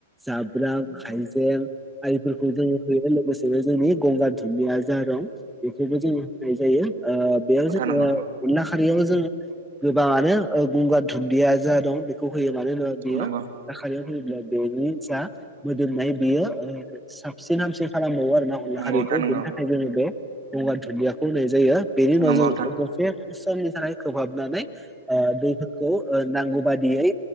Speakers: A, in the centre; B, on the right (about 65°).
A: जाब्रां हाइजें आरिफोरखौ जोङो होयो लोगोसेनो जोंनि गंगार धुनदिया जारं बेखौबो जोङो होनाय जायो बेयाव जोङो
B: नंगौ
A: अनला खालियाव जों गोबाङानो गंगार धुनदिया जा दं खौ होयो मानो होनोबा बेयो
B: नंगौ
A: अनला खारियाव होयोब्ला बेनि जा मोदोमनाय बियो साबसिन हामसिन खालामबावो आरोना अनला
B: नोंथां
A: खारिखौ
B: नंगौ नोंथां नंगौ नोंथां नंगौ
A: बेनि थाखाय जोङो बे गंगार धुनदियाखौ होनाय जायो बेनि उनाव
B: नंगौ नोंथां नंगौ नोंथां नंगौ
A: जों
B: नंगौ
A: दसे इसोरनि थाखाय खोबहाबनानै ओ दैफोरखौ नांगौ बादियै